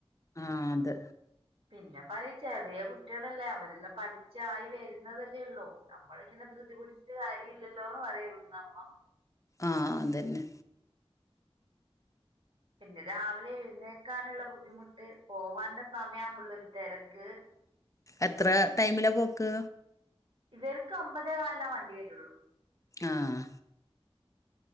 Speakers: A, on the left (about 30°); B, on the right (about 60°).
A: ആഹ് അത്
B: പിന്നെ പറയു ചെറിയ കുട്ട്യേളെല്ലേ അവരെല്ലാം പഠിച്ചായി വരുന്നതെല്ലെ യൊള്ളൂ നമ്മളിങ്ങനെ ധൃതി പിടിച്ച് കാര്യ ഇല്ലല്ലോ പറയാ ഇവിട്ന്ന് അമ്മ
A: ആഹ് അതെന്നെ
B: പിന്നെ രാവിലെ എഴുന്നേക്കാന്ള്ള ബുദ്ധിമുട്ട് പോവാന്റെ സമയാവുമ്പ ഉള്ളെരു തെരക്ക്
A: എത്ര ടൈമില പോക്ക്
B: ഇവർക്ക് ഒമ്പതേ കാലില്ല വണ്ടി വരൊള്ളൂ
A: ആഹ്